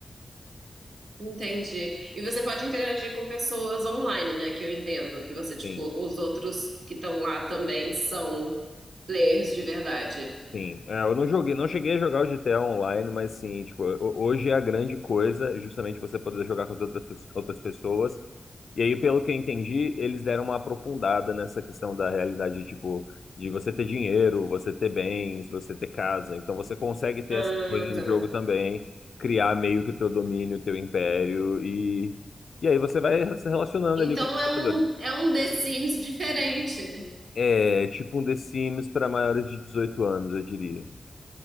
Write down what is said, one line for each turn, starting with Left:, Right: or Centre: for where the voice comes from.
Right: Entendi. E você pode interagir com pessoas online, né? Que eu entendo. Que você, tipo,
Left: sim.
Right: os outros que estão lá também são players de verdade.
Left: Sim, É, eu não joguei, não cheguei a jogar o GTA Online, mas sim, tipo, ho- hoje é a grande coisa é justamente você poder jogar com outras, pe- outras pessoas. E aí, pelo que eu entendi, eles deram uma aprofundada nessa questão da realidade, tipo, de você ter dinheiro, você ter bens, você ter casa. Então você consegue ter
Right: Ah,
Left: essas coisas no
Right: tá.
Left: jogo também, criar meio que o teu domínio, o teu império, e, e aí você vai se relacionando
Right: Então
Left: ali com os
Right: é
Left: jogadores.
Right: um, é um The Sims diferente.
Left: É tipo um The Sims para maiores de 18 anos, eu diria.